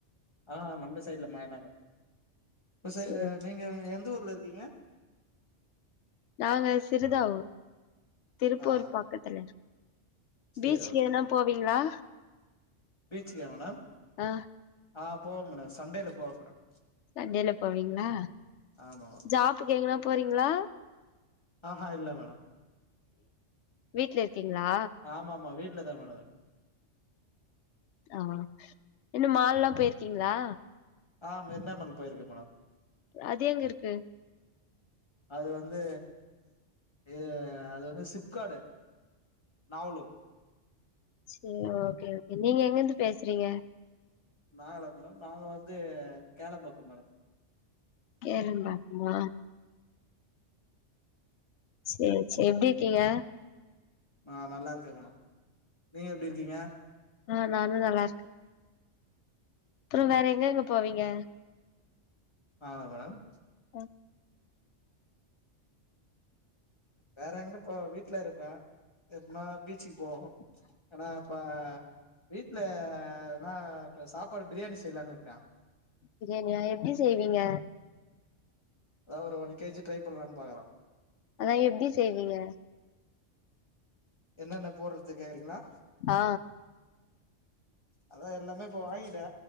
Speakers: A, on the left (about 25°); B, on the left (about 70°).
A: ஆ நம்ப சைடுல மழலாங் கெட இப்போ சைடுல
B: சரி
A: நீங்க எந்த ஊர் இருக்கீங்க
B: நாங்க சிறுதாவூர் திருப்பூர்
A: ஆ
B: பக்கத்ல
A: சேரி
B: பீச்யோனோ
A: ஓகே
B: போவீங்ளா
A: பீச்சிக்கா மேடம்
B: ஆ
A: ஆ போ மேடோ சண்டேல போ மேடம்
B: சண்டேல போவங்ளா
A: ஆமா மேடம்
B: ஜாப்புக்கு எங்கனா போறங்ளா
A: ஆஹா இல்ல மேடம்
B: வீட்ல இருக்கீங்களா
A: ஆமா ஆமா வீட்ல தா மேடம்
B: ஆ என்ன மால்லா பேயிருக்கீங்ளா
A: ஆ மெர்னாமல் போயிருக்க மேடம்
B: அது எங்க இருக்கு
A: அது வந்து து அது வந்து சிப்கார்டு நவலூ
B: செரி ஓக்கே ஓக்கே நீங்க எங்கந்து பேசுறீங்க
A: நாங்களா மேடம் நாங்க வந்து கேளம்பாக்கம் மேடம்
B: கேளம்பாக்கமா செரி செரி எப்படி இருக்கீங்க
A: ஆ நல்லா இருக்கே மேடம் நீங்க எப்படி இருக்கீங்க
B: ஆ நானு நல்லா இருக் அப்புறோ வேற எங்க எங்க போவீங்க
A: நானா மேடம்
B: ஆ
A: வேற எங்க போவே வீட்டுல இருப்பே எப்பனா பீச்சுக்கு போவோ ஆனா இப்ப வீட்டுலன்னா இப்ப சாப்பாடு பிரியாணி செய்யலானு இருக்கே
B: பிரியாணியா எப்படி செய்வீங்க
A: அதாவது ஒரு ஒன் கேஜி ட்ரை பண்ணலாம்னு பாக்குறோ
B: அதா எப்பிடி செய்வீங்க
A: என்னென்னா போடுறது கேக்குறீங்களா
B: ஆ
A: அதா எல்லாமே இப்ப வாங்கிட்டே